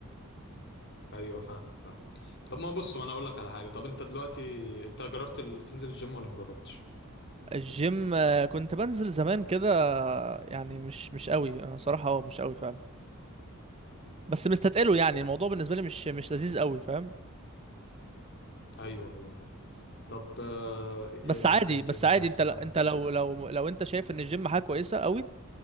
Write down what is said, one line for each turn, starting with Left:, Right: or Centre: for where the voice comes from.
Left: ايوه فاهمك فاهم طب ما بص وانا اقول لك على حاجه طب انت دلوقتي انت جربت ال- تنزل الجيم ولا مجربتش
Right: الجيم آه، كنت بنزل زمان كده آه، يعني مش مش قوي انا صراحة اه مش قوي فعلا بس مستتقله يعني الموضوع بالنسبة لي مش مش لذيذ قوي فاهم
Left: ايوه ايوه أيوة. طب آه، ايه تاني
Right: بس عادي
Left: غير الجيم
Right: بس عادي
Left: مثلا
Right: انت لا- انت لو لو لو انت شايف ان الجيم حاجة كويسة قوي